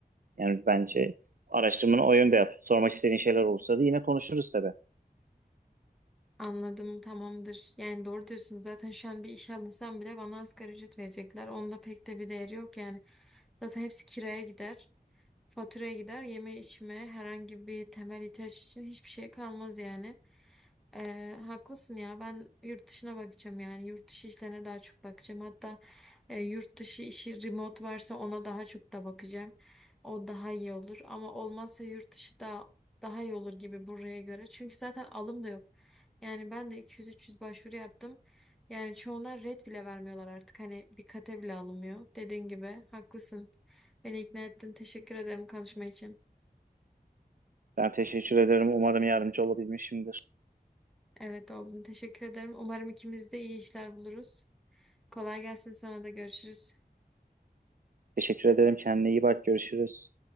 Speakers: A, on the right; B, in the centre.
A: Yani bence araştırmanı o yönde yap. Sormak istediğin şeyler olursa da yine konuşuruz tabii.
B: Anladım tamamdır. Yani doğru diyorsun zaten şu an bir iş alınsam bile bana asgari ücret verecekler. Onda pek de bir değeri yok yani. Zaten hepsi kiraya gider. Faturaya gider, yeme içme, herhangi bir temel ihtiyaç için hiçbir şey kalmaz yani. Ee, haklısın ya ben yurt dışına bakacağım yani yurt dışı işlerine daha çok bakacağım. Hatta e, yurt dışı işi remote varsa ona daha çok da bakacağım. O daha iyi olur ama olmazsa yurt dışı da daha iyi olur gibi buraya göre. Çünkü zaten alım da yok. Yani ben de 200-300 başvuru yaptım. Yani çoğuna red bile vermiyorlar artık. Hani bir kate bile alınmıyor. Dediğin gibi haklısın. Beni ikna ettin. Teşekkür ederim konuşma için.
A: Ben teşekkür ederim. Umarım yardımcı olabilmişimdir.
B: Evet oldun. Teşekkür ederim. Umarım ikimiz de iyi işler buluruz. Kolay gelsin sana da görüşürüz.
A: Teşekkür ederim. Kendine iyi bak. Görüşürüz.